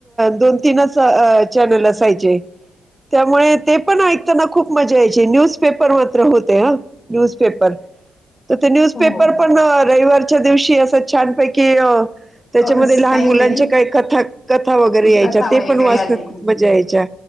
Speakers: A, on the right (about 15°); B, on the left (about 35°).
A: दोन तीनच चॅनल असायचे त्यामुळे ते पण ऐक ताना खूप मजा यायची न्यूजपेपर मात्र होते ह न्यूजपेपर तर ते न्यूजपेपर
B: हो.
A: पण रविवारच्या दिवशी असं छानपैकी अ त्याच्यामध्ये
B: अ, असं
A: लहान
B: काहीतरी
A: मुलांचे काय कथा कथा वगैरे यायच्या
B: कथा
A: ते
B: वगैरे
A: पण वाच
B: आलेल्या.
A: मजा यायच्या,